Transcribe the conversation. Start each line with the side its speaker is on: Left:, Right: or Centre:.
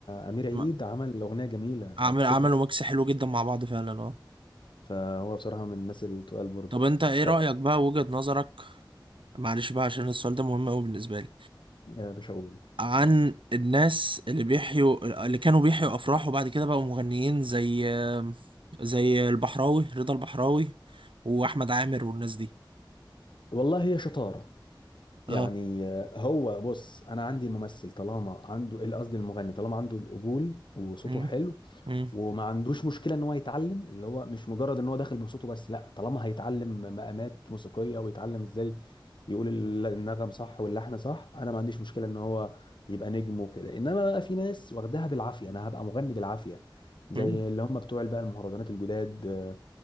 Left: امير عيد
Right: م-
Left: عمل اغنيه جميله
Right: عمل
Left: لو تفتكر
Right: عملوا ميكس حلو جدا مع بعض فعلا اه
Left: فهو بصراحه من الناس اللي تقال برضه
Right: طب انت ايه
Left: طب
Right: رايك بقى وجهه نظرك معلش بقى عشان السؤال ده مهم قوي بالنسبه لي
Left: يا باشا اقول
Right: عن الناس اللي بيحيوا اللي كانوا بيحيوا افراح وبعد كده بقوا مغنيين زي زي البحراوي رضا البحراوي واحمد عامر والناس دي
Left: والله هي شطاره
Right: اه
Left: يعني آه، هو بص انا عندي الممثل طالما عنده قصدي المغني طالما عنده القبول وصوته
Right: مم.
Left: حلو
Right: مم.
Left: وما عندوش مشكله ان هو يتعلم اللي هو مش مجرد ان هو داخل بصوته بس لا طالما هيتعلم مقامات موسيقيه ويتعلم ازاي يقول ال- النغم صح واللحن صح انا ما عنديش مشكله ان هو يبقى نجم وكده انما بقى في ناس واخداها بالعافيه انا هبقى مغني بالعافيه زي
Right: مم.
Left: اللي هم بتوع بقى المهرجانات الجداد آه،